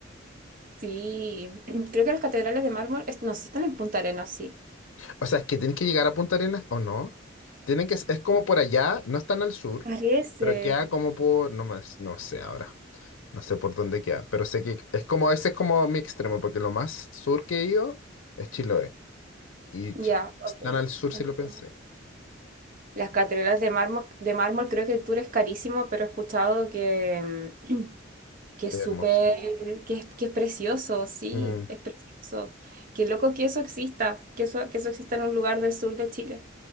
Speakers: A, on the right (about 45°); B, on the left (about 80°).
A: Sí, creo que las catedrales de mármol, es- no, sí están en Punta Arenas, sí.
B: O sea, es que tienen que llegar a Punta Arenas o no. Tienen que, es como por allá, no están al sur,
A: Parece.
B: pero queda como por, no más, no sé ahora, no sé por dónde queda, pero sé que es como, ese es como mi extremo, porque lo más sur que he ido es Chiloé. Y
A: Ya,
B: Chi-
A: ok.
B: están al sur
A: Entiendo.
B: si lo pensé.
A: Las catedrales de mármol, de mármol, creo que el tour es carísimo, pero he escuchado que, mm, <clears throat> que es
B: Qué hermoso.
A: súper, que es, que es precioso, sí,
B: Mm,
A: es precioso. Qué loco que eso exista, que eso, que eso exista en un lugar del sur de Chile.